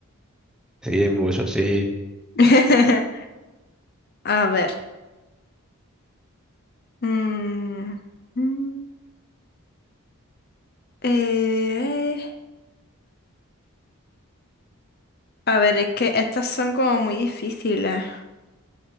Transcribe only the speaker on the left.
<laughs> A ver. Mm, mm, eh, a ver, es que estas son como muy difíciles.